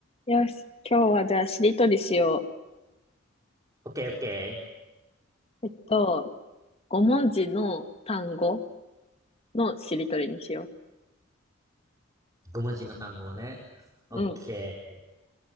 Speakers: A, on the left; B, on the right.
A: よし、今日はじゃあしりとりしよ
B: オッケーオッケ
A: う。えっと、5文字の単語のしりとりにしよ
B: ー。5文字の単語ね。オッケ
A: ううん。